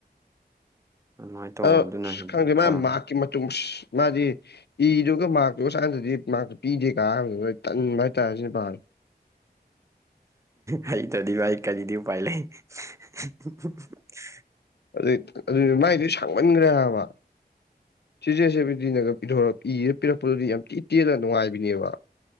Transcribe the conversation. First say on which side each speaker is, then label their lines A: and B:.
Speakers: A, on the right (about 20°); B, on the left (about 80°).
A: ꯑꯗꯨꯃꯥꯏꯅ ꯇꯧ
B: ꯑ
A: ꯑꯗꯨꯅ ꯍꯦꯟꯅꯗꯤ
B: ꯈꯪꯗꯦ ꯃꯥ
A: ꯐꯕꯅꯤ
B: ꯃꯍꯥꯛꯀꯤ ꯃꯇꯨꯡ ꯃꯥꯗꯤ ꯏꯗꯨꯒ ꯃꯥꯛꯇꯣ <unintelligible> ꯃꯥꯛꯇ ꯄꯤꯗꯦ ꯀꯥ ꯍꯥꯏꯕꯗꯨ ꯇꯟꯕ ꯍꯥꯏꯇꯥꯔꯦ ꯁꯤ ꯄꯥꯔꯦ
A: ꯍꯩꯇꯗꯤꯚꯏ ꯀꯖꯤꯗꯤ ꯎ ꯄꯥꯏ ꯂꯩ <unintelligible>
B: ꯑꯗꯨ ꯑꯗꯨ ꯃꯥꯏꯗ ꯁꯥꯡꯃꯟꯒ꯭ꯔꯦ ꯍꯥꯏꯕ ꯁꯤꯖꯦꯁꯦꯕꯗꯤꯅꯒ ꯄꯊꯣꯔ ꯏꯔ ꯄꯤꯔꯛꯄꯗꯨꯗꯤ ꯌꯥꯝ ꯊꯤ ꯇꯦꯅ ꯅꯨꯡꯉꯥꯏꯕꯤꯅꯦꯕ